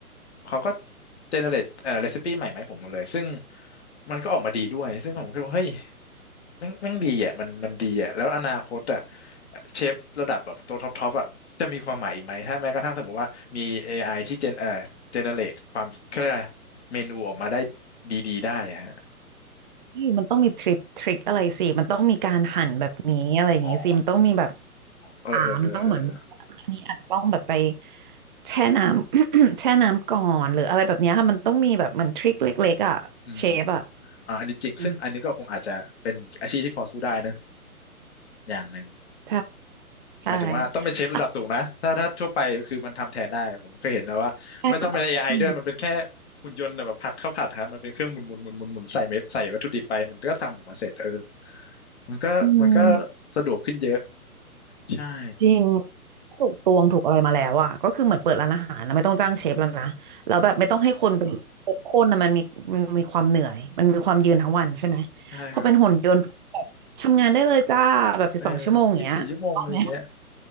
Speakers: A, on the left; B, on the right.
A: เขาก็เจเนเรตเอ่อเรซิปี้ใหม่มาให้ผมหมดเลยซึ่งมันก็ออกมาดีด้วยซึ่งผมคิดว่าเฮ้ย แม่งแม่งดีอ่ะมันมันดีอ่ะแล้วอนาคตอ่ะเชฟระดับแบบตัวท็อปท็อปอ่ะจะมีความหมายอีกไหมถ้าแม้กระทั่งสมมติว่ามี AI ที่เจนเอ่อเจเนเรตความเขาเรียกอะไรเมนูออกมาได้ดีๆได้อะฮะ
B: นี่มันต้องมีทริปทริคอะไรสิ มันต้องมีการหั่นแบบนี้อะไรอย่างงี้สิมันต้องมีแบบ
A: อ๋อเออเออเออเออเออ
B: อ่ามันต้องเหมือนอันนี้อาจจะต้องแบบไปแช่น้ำ <coughs> แช่น้ำก่อนหรืออะไรแบบเนี้ยค่ะมันต้องมีแบบเหมือนทริคเล็กๆอ่ะเชฟอ่ะ
A: อืมอืมอมอ่าอันนี้จริงซึ่งอันนี้ก็คงอาจจะเป็นอาชีพที่พอสู้ได้นะ
B: อืม
A: อย่างหนึ่ง
B: ใช่ใช่
A: หมายถึงว่าต้องเป็นเชฟระดับสูงนะถ้าถ้าทั่วไปคือมันทำแทนได้ผมเคยเห็นนะว่าไม่ต้องเป็น
B: อ่ะใช่ใช่
A: AI ด้วยมันเป็นแค่หุ่นยนต์แบบผัดข้าวผัดฮะมันเป็นเครื่องหมุนหมุนหมุนหมุนหมุนใส่เม็ดใส่วัตถุดิบไปมันก็ทำออกมาเสร็จเออมันก็มันก็
B: อืม
A: สะดวกขึ้นเยอะใช่
B: จริงถูกตวงถูกอะไรมาแล้วอ่ะก็คือเหมือนเปิดร้านอาหารนะไม่ต้องจ้างเชฟแล้วนะแล้วแบบไม่ต้องให้คนเป็นเชฟคนนะมันมีมันมีความเหนื่อยมันมีความยืนทั้งวันใช่ไหม
A: ใช่ครับ
B: พอเป็นหุ่นยนต์แบบทำงานได้เลยจ้าแบบสิบสองชั่วโมงอย่างเงี้ยออกไหม
A: เออยี่สิบสี่ชั่วโมงอะไรอย่างเงี้ย